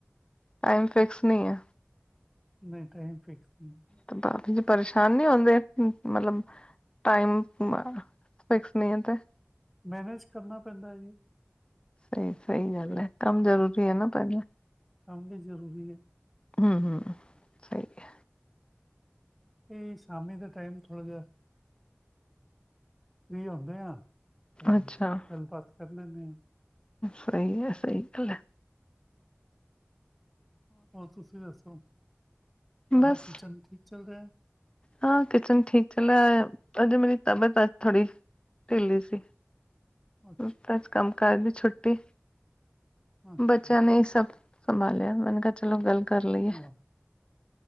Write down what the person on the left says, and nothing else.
ਟਾਈਮ ਫਿਕਸ ਨਹੀ ਐ
ਤੇ ਬਾਕੀ ਦੇ ਪਰੇਸ਼ਾਨ ਨੀ ਹੰਦੇ ਮਤਲਬ ਟਾਈਮ ਵਗੈਰਾ ਫਿਕਸ ਨਹੀ ਏ ਤੇ
ਫੇਰ ਸਹੀ ਗੱਲ ਏ ਕੰਮ ਜਰੂਰੀ ਹੈ ਨਾ ਪਹਿਲਾ
ਹੂੰ ਹੂੰ ਸਹੀ ਐ
ਅੱਛਾ
ਸਹੀ ਐ, ਸਹੀ ਗੱਲ ਐ
ਬਸ
ਹਾਂ ਕਿਚਨ ਠੀਕ ਚਲਿਆ ਅਜੇ ਮੇਰੀ ਤਬੀਅਤ ਅੱਜ ਥੋੜੀ ਢਿੱਲੀ ਸੀ
ਬਸ ਕੰਮ ਕਾਰ ਦੀ ਛੁੱਟੀ
ਬੱਚਿਆਂ ਨੇ ਈ ਸਭ ਸੰਭਾਲਿਆ ਮੈਨੇ ਕਿਹਾ ਚਲੋ ਗੱਲ ਕਰ ਲਈਏ